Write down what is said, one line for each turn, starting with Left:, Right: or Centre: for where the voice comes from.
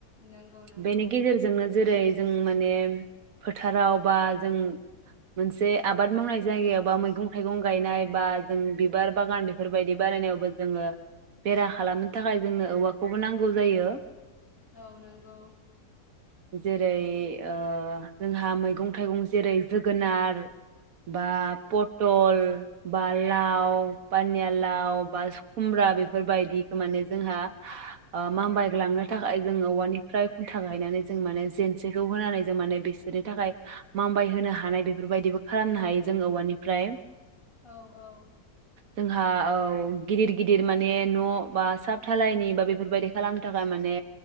Left: नंगौ नंगौ
Right: बेनि गेजेरजोंनो जेरै जों माने फोथाराव बा जों मोनसे आबाद मावनाय जायगायावबा मैगं थाइगं गायनाय बा जों बिबार बागान बेफोरबायदि बारायनायावबो जोङो बेरा खालामनो थाखाय जोंनो औवाखौबो नांगौ जायो
Left: औ नंगौ।
Right: जेरै ओ जोंहा मैगं थाइगं जेरै जोगोनार बा पटल बा लाव पानिया लाव बा खुमब्रा बेफोरबायदिखौ माने जोंहा ओ मामबायग्लांनो थाखाय जों औवानिफ्राय खुन्था गायनानै जों माने जेेनसेखौ होनानै जों माने बिसोरनि थाखाय मामबाय होनो हानाय बेफोरबायदिबो खालामनो हायो जों औवानिफ्राय।
Left: औ औ।
Right: जोंहा औ गिदिर गिदिर माने न' बा साब थालायनि बा बेफोरबायदि खालामनो थाखाय माने